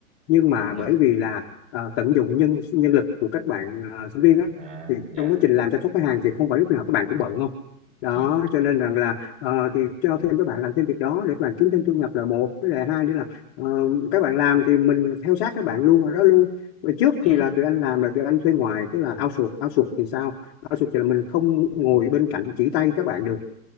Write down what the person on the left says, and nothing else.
nhưng mà
bởi vì là ờ, tận dụng nhân nhân lực của các bạn ờ, sinh viên á
thì
trong quá trình làm chăm sóc khách hàng thì không phải lúc nào các bạn cũng bận không đó
cho nên rằng là ờ, thì cho thêm các bạn làm thêm việc đó để các bạn kiếm thêm thu nhập là một với lại hai nữa là ờ, các bạn làm thì mình theo sát các bạn luôn ở đó luôn Và trước
thì là tụi anh làm là tụi anh thuê ngoài tức là outsource outsource thì sao outsource thì là mình không ngồi bên cạnh chỉ tay các bạn được